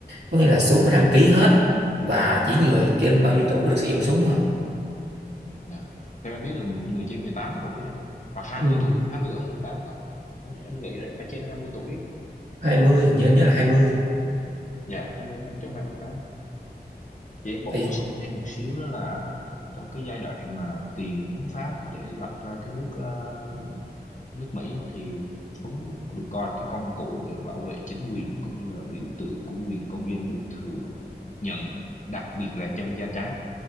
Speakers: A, on the right; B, on the left.
A: có nghĩa là súng phải
B: ừ,
A: đăng ký hết và chỉ người trên
B: dạ đúng
A: bao nhiêu
B: rồi
A: tuổi mới được sử dụng súng thôi
B: Dạ. Theo em biết là người trên 18 tuổi đâu hoặc hai
A: Ừ.
B: mươi tuổi hai mươi tuổi 28 đó em nghĩ là phải trên 20 tuổi á.
A: hai mươi hình như anh nhớ là hai mươi
B: dạ 20 em trong 28 chị em bổ
A: thì
B: sung thêm một xíu đó là trong cái giai đoạn mà tiền hiến pháp để lập ra cái nước ờ, nước Mỹ á, thì súng được coi là cái công cụ để bảo vệ chính quyền cũng như là biểu tượng của quyền công dân được thừa nhận đặc biệt là chân da trắng